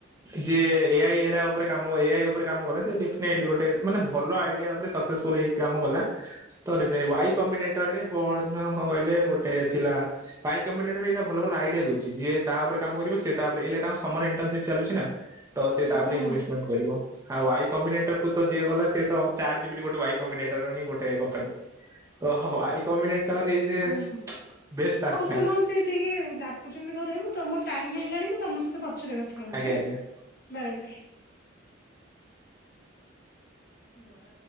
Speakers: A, on the right; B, on the left.
A: ଯିଏ ଏଆଇ ଏରା ଉପରେ କାମ କ ଏଆଇ ଉପରେ କାମ କଲା ସେ ଟ ଗୋଟେ ମାନେ ଭଲ ଆଇଡିଆ ଉପରେ ସକ୍ସେସଫୁଲ ହେଇ କାମ କଲା ତ ଡିଫେ ୱାଇ କମିନେଟ୍ ଟରେ ପରଦିନ କଣ କହିଲେ ଗୋଟେ ଥିଲା ପାଇକ୍ କମିନେଟରେ ଏଇନା ଭଲ ଭଲ ଆଇଡିଆ ଦଉଛି ଯିଏ ତା ଉପରେ କାମ କରିବ ସେ ତାପରେ ଏଇଲେ ତାଙ୍କ ସମର ଇଣ୍ଟର୍ନସିପ୍ ଚାଲଛି ନା। ତ ସେ ତାପରେ
B: ହୁଁ।
A: ଇନଭେଷ୍ଟମେଣ୍ଟ କରିବ ଆଉ ଆଇ କବିନେଟର କୁ ତ ଯିଏ ଗଲା ସିଏ ତ ଚାର୍ଟ ଜିପିଟିବି ଗୋଟେ ୱାଇ କମ୍ବିନେଟର ହିଁ ଗୋଟେ କମ୍ପାନୀ। ଓହୋ ଆଇ କମ୍ବିନେଟର ଇଏ ଯିଏ
B: ହୁଁ
A: ବେଷ୍ଟ ଆଡ୍‌ଫାଇଟ।
B: ହଉ ଶୁଣ ସିଏ ଟିକେ ଡାକୁଛନ୍ତି ଘରେ ମୁଁ ତମର ଟାଇମ ହେଲାଣି ମୁଁ ତମ ସହିତ ପଛରେ କଥା ହଉଛି।
A: ଆଜ୍ଞା ଆଜ୍ଞା।
B: Bye bye. ବା